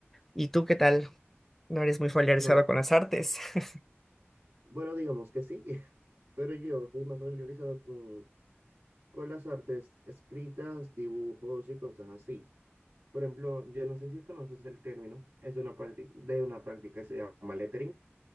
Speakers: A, in the centre; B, on the right (about 55°).
A: ¿Y tú qué tal? ¿No eres muy familiarizado
B: No,
A: con las artes? <laughs>
B: Bueno, digamos que sí, <laughs> pero yo soy más familiarizado con, con las artes escritas, dibujos y cosas así. Por ejemplo, yo no sé si conoces el término, es una práctica, de una práctica que se llama lettering,